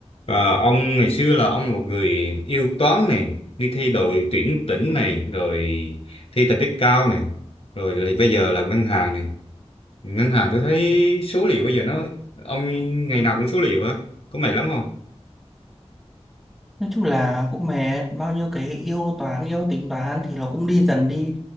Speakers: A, on the left (about 60°); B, in the centre.
A: Và ông ngày xưa là ông là một người yêu toán này đi thi đội tuyển tỉnh này rồi thi thành tích cao này rồi lại bây giờ làm ngân hàng này ngân hàng tôi thấy số liệu bây giờ nó ông ngày nào cũng số liệu á có mệt lắm không
B: nói chung là cũng mệt bao nhiêu cái yêu toán yêu tính toán thì nó cũng đi dần đi